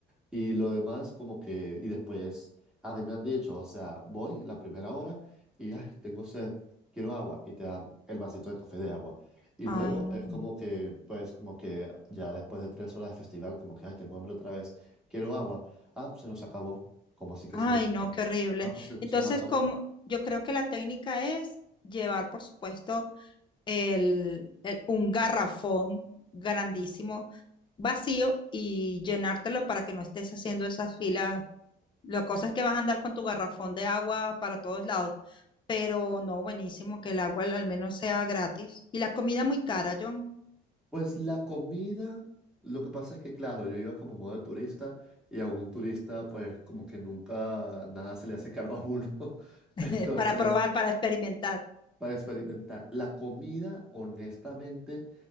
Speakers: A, in the centre; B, on the left (about 30°).
A: Y lo demás, como que, y después, a mí me han dicho, o sea, voy la primera hora y, ay, tengo sed, quiero agua, y te dan el vasito de café de agua. Y
B: Ay,
A: luego
B: no.
A: es como que, pues, como que ya después de tres horas de festival, como que, ay, tengo hambre otra vez, quiero agua. Ah, pues, se nos acabó. como así que
B: Ay,
A: se nos acabó?
B: no, qué horrible.
A: Ah, pues se,
B: Entonces,
A: se nos acabó.
B: como yo creo que la técnica es llevar, por supuesto, el, el- un garrafón grandísimo, vacío, y llenártelo para que no estés haciendo esas filas La cosa es que vas a andar con tu garrafón de agua para todos lados. Pero no, buenísimo que el agua al al menos sea gratis. Y la comida muy cara, John,
A: Pues la comida, lo que pasa es que, claro, yo iba como modo de turista y a un turista, pues, como que nunca nada se le hace caro a uno. <laughs>
B: <laughs>
A: Entonces...
B: para probar, para experimentar
A: para experimentar la comida, honestamente,